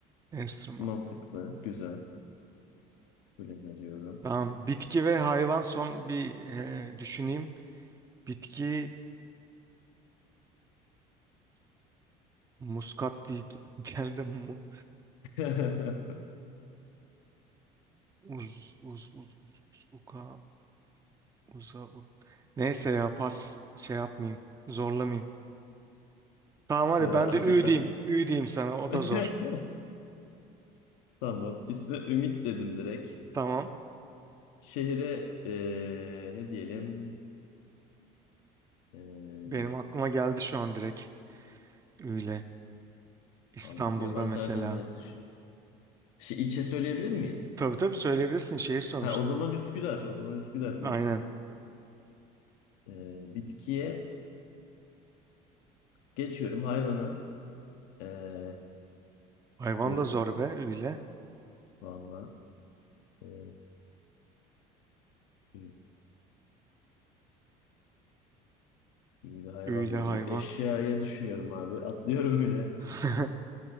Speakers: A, on the right (about 20°); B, on the left (about 85°).
A: Enstrüman.
B: Mantıklı. Güzel. Kabul ediyorum.
A: Tamam. Bitki ve hayvan son bir e, düşüneyim. Bitki muskat değil. <laughs> Geldi mu.
B: <laughs>
A: Uz, uz, uz, uz, uz, uka, uza, u- Neyse ya pas. Şey yapmayayım. Zorlamayayım. Tamam hadi
B: Ya,
A: ben de
B: hakikaten.
A: ü diyeyim. Ü diyeyim sana o
B: <laughs>
A: da zor.
B: Tamam. İsme Ümit dedim direkt.
A: Tamam.
B: Şehre eee, ne diyelim? Eee
A: Benim aklıma geldi şu an direkt. Öyle. İstanbul'da
B: Allah, yabancılardan
A: mesela.
B: biraz düşün. Şey, ilçe söyleyebilir miyiz?
A: Tabii tabii söyleyebilirsin şehir sonuçta.
B: Ha, o zaman Üsküdar. O zaman Üsküdar
A: Aynen.
B: diyeyim. Eee, bitkiye geçiyorum. Hayvana. Eee
A: Hayvan
B: ü,
A: da zor be. Öyle.
B: valla. Eee, ü, ü, hayvan
A: Öyle
B: da
A: hayvan.
B: zor. Eşyaya düşünüyorum abi. Atlıyorum yine.
A: <laughs>